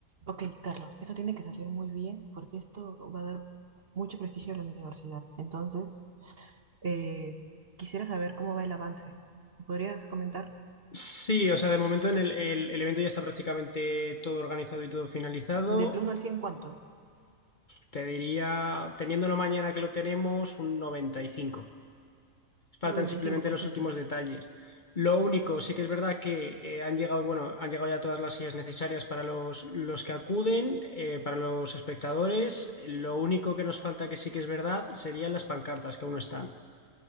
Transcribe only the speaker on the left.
Sí, o sea, de momento en el, el- el evento ya está prácticamente todo organizado y todo finalizado.
Te diría, teniéndolo mañana que lo tenemos, un 95. Faltan
simplemente
los
últimos detalles. Lo único, sí que es verdad que eh, han llegado, bueno, han llegado ya todas las sillas necesarias para los, los que acuden, eh, para los espectadores. Lo único que nos falta que sí que es verdad serían las pancartas que aún no están.